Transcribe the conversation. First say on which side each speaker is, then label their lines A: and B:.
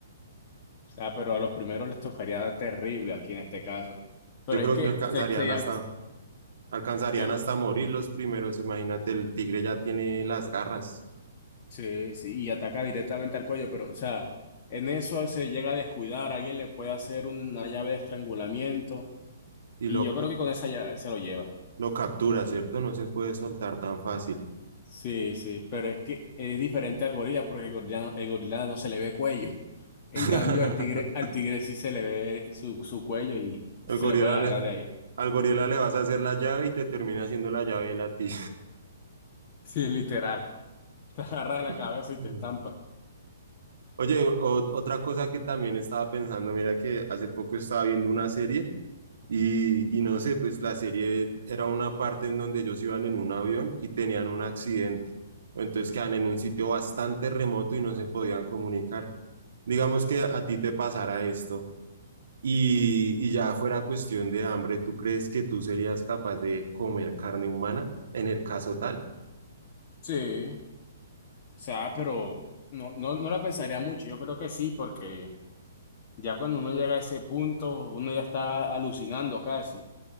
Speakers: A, on the left; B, on the right.
A: O sea, pero a los primeros les tocaría dar terrible aquí en este caso. Pero
B: Yo creo
A: es que
B: que alcanzarían
A: se, se llama...
B: hasta, alcanzarían
A: yo creo.
B: hasta morir los primeros. Imagínate, el tigre ya tiene las garras
A: Sí, sí, y ataca directamente al cuello, pero, o sea, en eso se llega a descuidar, alguien le puede hacer una llave de estrangulamiento,
B: y
A: y
B: lo
A: yo creo que con esa llave se lo lleva.
B: lo captura, ¿cierto? No se puede soltar tan fácil.
A: Sí, sí, pero es que es diferente al gorila, porque el gorila, el gorila no se le ve cuello. <laughs> En
B: <laughs>
A: cambio, al tigre, al tigre sí se le ve su, su cuello y
B: Al
A: se
B: gorila
A: le puede agarrar
B: le,
A: de ahí.
B: al gorila le vas a hacer la llave y te termina haciendo la llave él a ti.
A: Sí, literal. <laughs> Te agarra de la
B: <laughs>
A: cabeza y
B: Ujú.
A: te estampa.
B: Oye, o- otra cosa que también estaba pensando, mira que hace poco estaba viendo una serie y, y no sé, pues la serie era una parte en donde ellos iban en un avión y tenían un accidente. Entonces quedan en un sitio bastante remoto y no se podían comunicar. Digamos que a ti te pasara esto. Y, y ya fuera cuestión de hambre, ¿tú crees que tú serías capaz de comer carne humana en el caso tal?
A: Sí, o sea, pero no, no, no la pensaría mucho. Yo creo que sí, porque Ya cuando uno llega a ese punto, uno ya está alucinando casi.